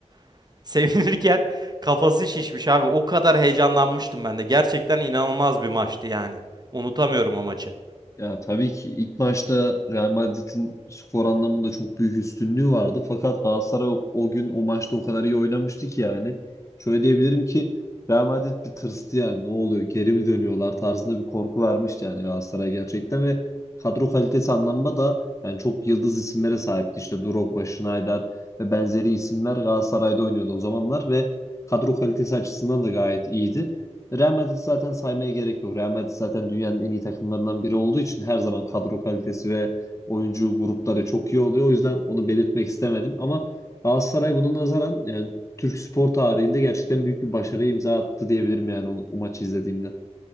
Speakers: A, on the right; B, on the left.
A: <laughs> Sevinirken kafası şişmiş abi. O kadar heyecanlanmıştım ben de. Gerçekten inanılmaz bir maçtı yani. Unutamıyorum o maçı.
B: Ya tabii ki ilk maçta Real Madrid'in skor anlamında çok büyük üstünlüğü vardı. Fakat Galatasaray o o gün o maçta o kadar iyi oynamıştı ki yani. Şöyle diyebilirim ki Real Madrid bir tırstı yani. Ne oluyor? Geri mi dönüyorlar tarzında bir korku vermişti yani Galatasaray gerçekten ve kadro kalitesi anlamında da yani çok yıldız isimlere sahipti. İşte Drogba, Schneider ve benzeri isimler Galatasaray'da oynuyordu o zamanlar ve kadro kalitesi açısından da gayet iyiydi. Real Madrid zaten saymaya gerek yok. Real Madrid zaten dünyanın en iyi takımlarından biri olduğu için her zaman kadro kalitesi ve oyuncu grupları çok iyi oluyor. O yüzden onu belirtmek istemedim. Ama Galatasaray buna nazaran yani Türk spor tarihinde gerçekten büyük bir başarı imza attı diyebilirim yani o, o maçı izlediğimde.